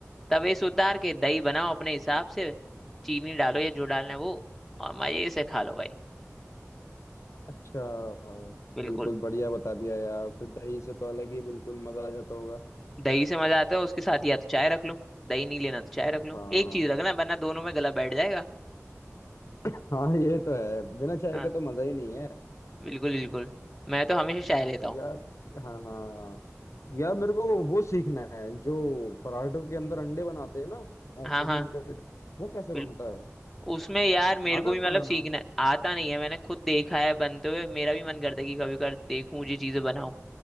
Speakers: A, in the centre; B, on the left.
A: तवे से उतार के दही बनाओ अपने हिसाब से चीनी डालो या जो डालना है वो और मजे से खा लो भाई
B: अच्छा
A: बिल्कुल
B: बिल्कुल बढ़िया बता दिया यार फिर दही से तो अलग ही बिल्कुल मजा आ जाता होगा
A: दही से मजा आता है उसके साथ या तो चाय रख लो दही नहीं लेना तो चाय रख लो
B: हाँ
A: एक चीज रखना वरना दोनों में गला बैठ जाएगा
B: हाँ ये तो है बिना चाय
A: हाँ
B: के तो मजा ही नहीं है
A: बिल्कुल बिल्कुल मैं तो हमेशा चाय लेता हूँ
B: यार हाँ हाँ हाँ। यार मेरे को वो सीखना है जो पराठों के अंदर अंडे बनाते हैं ना ऑमलेट
A: हाँ हाँ
B: वो कैसे
A: बिल्कुल
B: बनता है
A: उसमें यार मेरे
B: आता
A: को
B: है
A: भी
B: आपको
A: मतलब
B: बनाना
A: सीखना आता नहीं है मैंने खुद देखा है बनते हुए मेरा भी मन करता है कि कभी कभार देखूं ये चीजें बनाऊं